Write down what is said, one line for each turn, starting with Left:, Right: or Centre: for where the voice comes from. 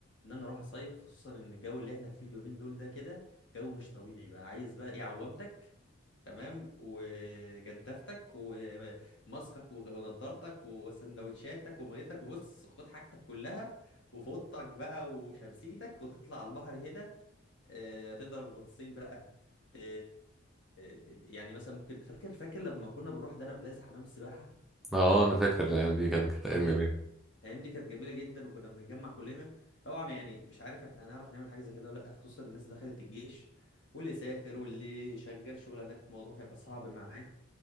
Left: ان انا اروح اصيف خصوصا ان الجو اللي احنا فيه اليومين دول ده كده جو مش طبيعي بقى عايز بقى ايه عوامتك تمام وجدافتك وماسكك ونضارتك وسندوتشاتك وميتك وبص خد حاجتك كلها وفوطك بقى وشمسيتك وتطلع على البحر هنا آه، تضرب غطسين بقى ت- ت- يعني مثلا ممكن فاكر فاكر لما كنا بنروح دهب بلازا حمام السباحة
Centre: اه انا فاكر الايام دي كانت كانت ايام
Left: لا
Centre: جميله
Left: الايام دي كانت جميلة جدا وكنا بنتجمع كلنا طبعا يعني مش عارف احنا هنعرف نعمل حاجة زي كده ولا لا خصوصا الناس دخلت الجيش واللي سافر واللي شغال شغلانات الموضوع هيبقى صعب معاه